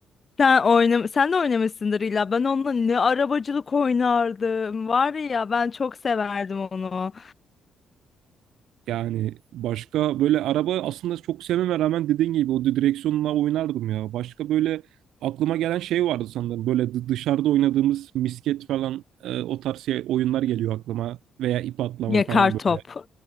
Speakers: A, on the left; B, on the right.
A: Sen oynam sen de oynamışsındır illa. Ben onunla ne arabacılık oynardım. Var ya ben çok severdim onu.
B: Yani başka böyle araba aslında çok sevmeme rağmen dediğin gibi o direksiyonla oynardım ya. Başka böyle aklıma gelen şey vardı sanırım. Böyle dı- dışarıda oynadığımız misket falan e, o tarz şey, oyunlar geliyor aklıma. Veya ip atlama
A: Yakar
B: falan böyle.
A: top.